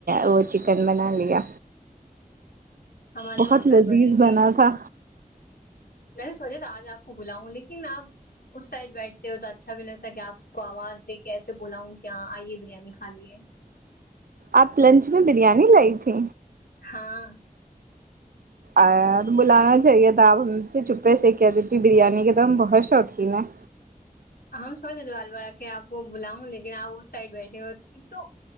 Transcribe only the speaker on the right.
وہ چکن بنا لیا
بہت
لذیذ
بنا تھا
آپ لنچ میں بریانی لائی تھی
آ بلانا چاہیے تھا آپ ہم سے چھپے سے ہی کہ دیتی بریانی کے تو ہم بہت شوقین ہیں